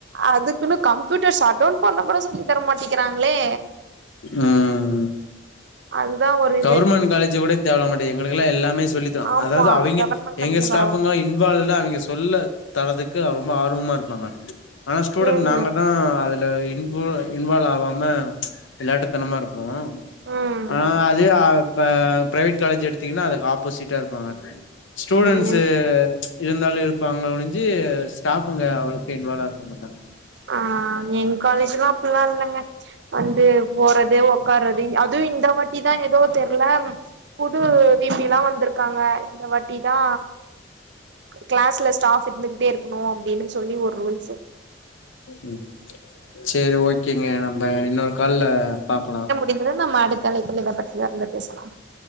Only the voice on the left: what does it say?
ம்
கவர்மெண்ட் காலேஜ் கூட தேவைல மாட்டுகுது எங்களுக்குல்லா எல்லாமே சொல்லி
அதாவது அவைங்க
எங்க ஸ்டாஃப்ங்க
இன்வால்டா அவிங்க சொல்ல தரறதுக்கு ரொம்ப ஆர்வமா இருப்பாங்க ஆனா ஸ்டூடண்ட்
நாங்க தா அதுல இன் இன்வால்வ் ஆகாம விளாட்டுத்தனமா இருப்போ
ஆனா இது இப்ப பிரைவேட் காலேஜ் எடுத்தீங்கனா அதுக்கு ஆப்போசிட்டா இருப்பாங்க ஸ்டூடெண்ட்ஸ்சு
இருந்தாலு இருப்பாங்களே ஒழுஞ்சு ஸ்டாஃப்ங்க அவ்ளவ்க்க இன்வால்வா இருக்க மாட்டாங்க
ம் சரி ஓகேங்க நம்ம இன்னொரு கால்ல பாக்லா